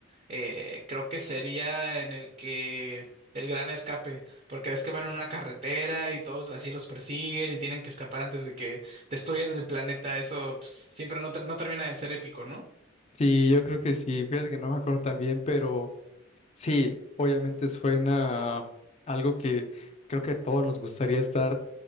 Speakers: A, on the right; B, on the left.
A: eh, creo que sería en el que el gran escape, porque ves que van en una carretera y todos así los persiguen y tienen que escapar antes de que destruyan el planeta. Eso pues, siempre no, ter- no termina de ser épico, ¿no?
B: Sí, yo creo que sí, fíjate que no me acuerdo tan bien, pero sí, obviamente suena a algo que creo que a todos nos gustaría estar